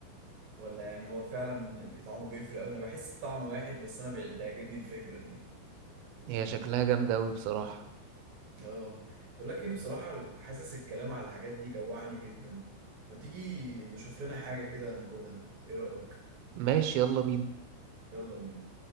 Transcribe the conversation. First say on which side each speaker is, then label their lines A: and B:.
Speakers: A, on the right (about 45°); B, on the right (about 85°).
A: ولا يعني هو فعلا طعمه بيفرق قوي انا بحس الطعم واحد بس انا بتعجبني الفكرة دي
B: هي شكلها جامدة أوي بصراحة
A: اه ولكن بصراحة حاسس الكلام على الحاجات دي جوعني جدا ما تيجي نشوف لنا حاجة كده ناكلها ايه رأيك
B: ماشي يلا بينا
A: يلا بينا